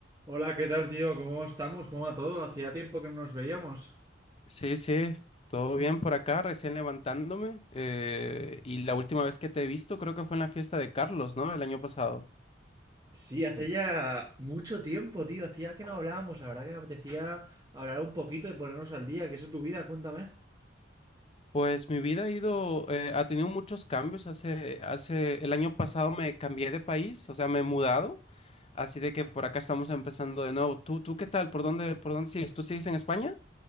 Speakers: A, on the right (about 20°); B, on the left (about 30°).
A: Hola, ¿qué tal, tío? ¿Cómo estamos? ¿Cómo va todo? Hacía tiempo que no nos veíamos.
B: Sí, sí, todo bien por acá, recién levantándome. eh, y la última vez que te he visto creo que fue en la fiesta de Carlos, ¿no? El año pasado.
A: Sí, hace ya mucho tiempo, tío. Hacía que no hablábamos. La verdad que me apetecía hablar un poquito y ponernos al día. ¿Qué es de tu vida? Cuéntame.
B: Pues mi vida ha ido, eh, ha tenido muchos cambios. Hace, hace, el año pasado me cambié de país, o sea, me he mudado. Así de que por acá estamos empezando de nuevo. ¿Tú, tú qué tal? ¿Por dónde, por dónde sigues? ¿Tú sigues en España?